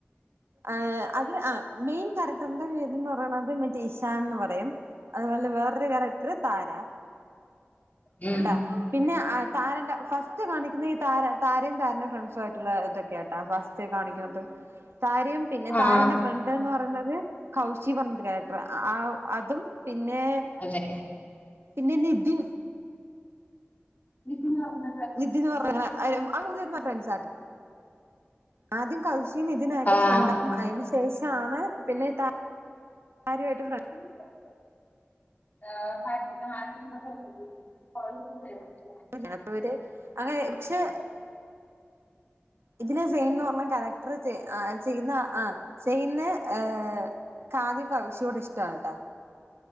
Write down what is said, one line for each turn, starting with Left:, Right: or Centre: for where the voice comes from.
Right: ആഹ് അത് ആ മെയിൻ ക്യാരക്ടറിന്റെ പേര്ന്ന് പറയ്ണത് ജെഷാന്ന് പറയും അത്പോലെ വേറൊരു ക്യാരക്ടർ താരാ
Left: ഉം
Right: ട്ടാ പിന്നെ അ താരന്റെ ഫസ്റ്റ് കാണിക്കുന്ന ഈ താര താരയും താരന്റെ ഫ്രണ്ട്സു ആയിട്ടുള്ളതൊക്കെട്ടാ ഫസ്റ്റ് കാണിക്കുന്നത് താരയും പിന്നെ
Left: ആഹ്
Right: താരന്റെ ഫ്ര ണ്ട്ന്ന് പറയുന്നത് കൗശി പറഞ്ഞരു ക്യാറക്ടർ ആ അതും പിന്നെ
Left: അതെ
Right: പിന്നെ നിതിൻ
Left: നിതി ന്ന്‌ പറഞ്ഞ
Right: നിതിന്ന് പറഞ്ഞ അവര് മൂന്ന് പേരും നല്ല ഫ്രണ്ട്സാര്ന്ന് ആദ്യം കൗശിൻ നിതിനായിട്ടും
Left: ആഹ്
Right: ഫ്രണ്ടാവും അതിന് ശേഷാണ് പിന്നെ താ ആരു ആയിട്ട് ഫ്ര
Left: <inaudible>
Right: അതിനാത്തവര് അങ്ങനെ പക്ഷെ ഇതില് സെയിന്ന് പറഞ്ഞ കറക്ടർ ചെയ്യുന്ന ആ സെയിന്ന് ഏഹ് കാദി കൗശിയോട് ഇഷ്ടാണ്ട്ട്ടാ